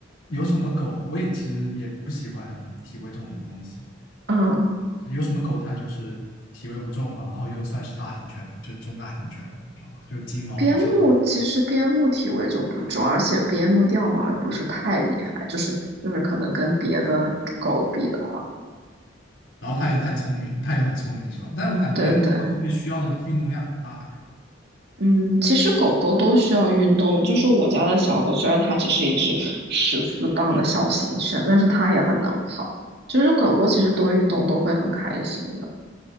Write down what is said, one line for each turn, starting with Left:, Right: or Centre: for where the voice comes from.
Left: 有什么狗，我也其实也不喜欢体味重的东西。
Right: 嗯，
Left: 有什么狗它就是体味不重嘛，然后又算是大型犬的，就是中大型犬的，知道吗？就是金毛往上，
Right: 边牧其实边牧体味就不重，而且边牧掉毛也不是太厉害，就是就是可能跟别的狗比的话，
Left: 然后它又太聪明，它又很聪明，是吧？但是我感觉边牧它会不会需要的运动量很大呀？
Right: 对对，嗯，其实狗狗都需要运动，就是我家的小狗，虽然它只是一只十四磅的小型犬，但是它也很能跑，就是狗狗其实多运动都会很开心的，